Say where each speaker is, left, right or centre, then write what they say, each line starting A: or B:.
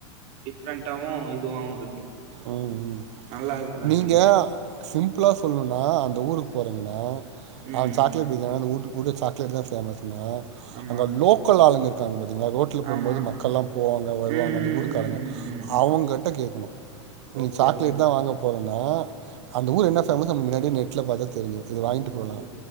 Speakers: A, on the right; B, on the right.
A: டிஃப்ரெண்டாவு இதுவும் இருக்கு
B: உம்-உம்
A: நல்லா இல்லாத
B: நீங்க
A: மாரியு
B: சிம்பிளா சொல்லுனா அந் ஊருக்கு போகிறங்கன்னா
A: ம்
B: அவன் சா்லேட் ஊ <unintelligible> ஊர்லே சாக்லேட் தான் ஃபேமஸ் ஹலோ
A: ஆமா
B: அந்த லோக்கல் ஆளுங்க இருக் தங்கது <unintelligible> ரோட்ல போகும்போது
A: ஆமா
B: மக்கள் எல்லாம் போவாங்க வருவாங்க
A: ம்
B: அந்த ஊருக்காரங்க
A: ம் ம் ம் ம்
B: அவுங்கட்ட கேக்கணும் நீ
A: ஓகே
B: சாக்லேட்
A: ஓகே
B: தான் வாங்க போற ஆஹ அந்த ஊர் என்ன ஃபேமஸ் முன்னாடியே நெட்ல பார்த்தா தெரியும் இது வாங்கிட்டு போகலா
A: ஓகே